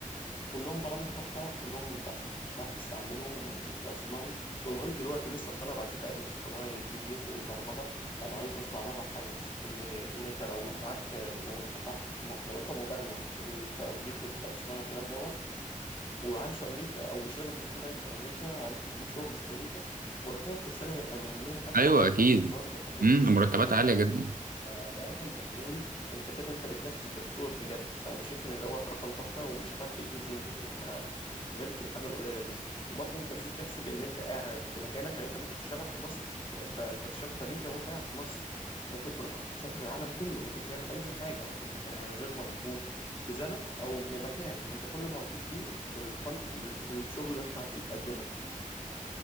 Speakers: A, on the left (about 35°); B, on the right (about 85°).
A: كلهم برامج تحفه وكلهم تعرف تستعملهم والذكاء الصناعي ولغايه دلوقتي لسه الطلب على الذكاء الاصطناعي كتير والبرمجه يعني عايز بس اعرفك حاجه بس ان ان انت لو معاك لو انت بتعرف لو انت مبرمج وليك في الذكاء الاصطناعي والكلام دوت وعايش في امريكا او مش لازم تكون عايش في امريكا عرفت تجيب شغل في امريكا مرتبك في السنه هيبقى من 125
B: أيوه
A: الف
B: أكيد
A: دولار لحد
B: مم.
A: 200
B: المرتبات عالية جدا
A: ده رقم مهول انت كده انت بتنافس الدكتور بجد فانا شايف ان دوت رقم تحفه ومش هتعرف تجيبه غير لما غير في الحاجه القليله دي وبرضه انت لازم تحسب ان انت قاعد في مكانك يعني انت ممكن تشتغل في مصر وانت انت تشتغل في امريكا وانت قاعد في مصر ممكن تروح تسافر العالم كله ممكن تعمل اي حاجه انت غير مربوط بزمن او بمكان انت كل مربوط بيه بالكوانتيتي الشغل اللي انت هتقدمه